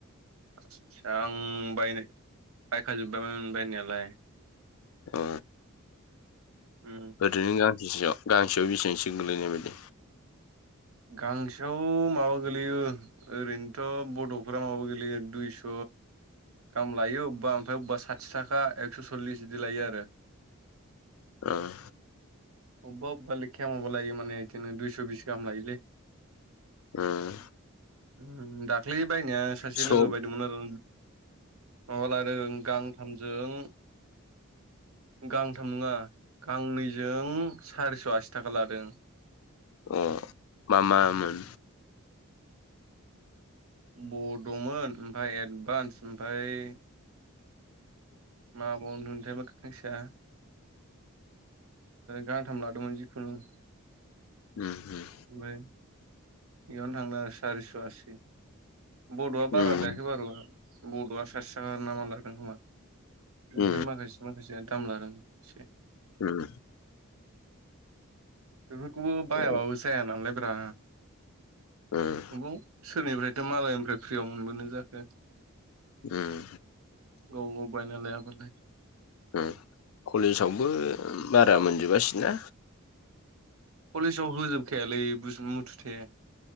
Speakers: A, on the right (about 80°); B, on the left (about 75°).
A: आसा आं बायनो बायखाजोबबायमोन बायनायालाय।
B: औ,
A: उम
B: ओरैनो गांसेयाव गांसेयाव बेसेबांसो गोलैनाय बायदि?
A: गांसेयाव माबा गोलैयो ओरैनोथ' बड'फोरा माबा गोेलेैयो दुइस' दाम लायो अबेबा ओमफ्राय अबेबा साथि थाखा एक्स' सल्लिस बिदि लायो आरो।
B: ओं।
A: अबेबा अबेबा लेखाया माबा लायो माने बिदिनो दुइस' बिस गाहाम लायोलै।
B: ओं।
A: उम दाख्लै बायनाया सासे
B: सब
A: लोगो बायदोंमोन आरो माबा लादों गां थामजों गांथाम नङा गांनैजों सारिस' आसि थाखा लादों।
B: अ मा मामोन?
A: बड'मोन ओमफ्राय एडभान्स ओमफ्राय मा बावमोनथाय गांसेया गांथाम लादोंमोन जिखुनु।
B: उम उम।
A: ओमफ्राय बेयावनो थांदों आरो सारिस' आसि। बड'आ बारा
B: उम
A: लायाखै बारु बड'आ साथि थाखा नामा लादों खोमा। ओमफ्राय
B: उम
A: माखासे माखासे दाम लादों एसे।
B: उम।
A: बेफोरखौबो
B: उम
A: बायाबाबो जाया नालाय ब्रा।
B: ओं।
A: अबाव सोरनिफ्रायथ' मालायनिफ्राय फ्रियाव मोनबोनो जाखो।
B: उम।
A: गाव गाव बायनालायाबालाय।
B: उम कलेजावबो बारा मोनजोबासै ना।
A: कलेजाव होजोबखायालै बुस मुथुथे।